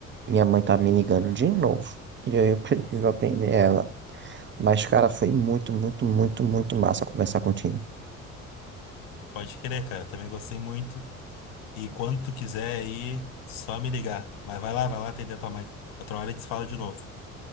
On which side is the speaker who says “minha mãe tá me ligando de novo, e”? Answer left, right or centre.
Right